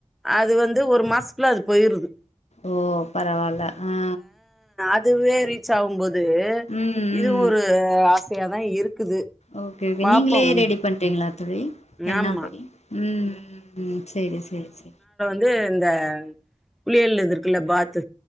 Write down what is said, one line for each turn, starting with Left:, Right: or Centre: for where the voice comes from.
Centre: அது வந்து ஒரு மாசத்குள்ள அது போயிருது
Left: ஓ பரவால்ல ஆ
Centre: அதுவே ரீச் ஆவும்போது
Left: ம் ம்
Centre: இதுவு ஒரு ஆசையாதா இருக்குது
Left: ஓக்கே ஓக்கே
Centre: பாப்போம்
Left: நீங்களே ரெடி பண்றீங்களா தோழி ஹென்னா
Centre: ஆமா
Left: பொடி ம் ம் ம் செரி செரி செ
Centre: இது இந்த குளியல்ல இருக்குதுல பாத்து